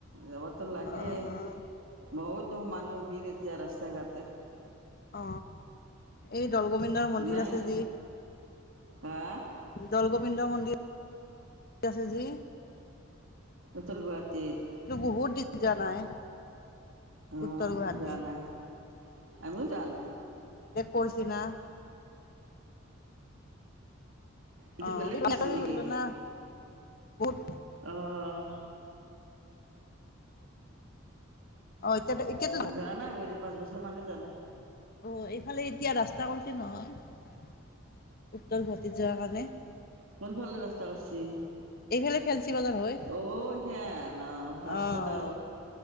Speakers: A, on the right (about 75°); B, on the left (about 45°).
A: যাবতো লাগে
B: অ',
A: বহুত তো মানুহ ভিৰ এতিয়া ৰাস্তা জেগাতে
B: অ এইটো দলগোবিন্দৰ মন্দিৰ
A: নাই
B: আছে যি
A: হা
B: জলগোবিন্দ মন্দিৰ আছে জি
A: উত্তৰ গুৱাহাটীত
B: বহুত দিন যোৱা নাই
A: আহ
B: উত্তৰ গুৱাহাটী
A: যোৱা নাই আমিও যোৱা নাই
B: পৰিছিনা?
A: এইটো
B: অ',
A: বেলেগ কৈছ নেকি
B: না বহুত
A: আহ
B: অ এতিয়াতো এতিয়াতো
A: যোৱা নাই বহুদিন পাঁচ বছৰ মানে যোৱা নাই।
B: অ এইফালে এতিয়া ৰাস্তা কৰিছে নহয় উত্তৰ গুৱাহাটীত যোৱাৰ কাৰণে
A: কোন ভালে ৰাস্তা কৰছি
B: এইফালে ফেঞ্চি বজাৰ হয়
A: অ সেন অ ভাস্কৰ
B: অ',
A: দা,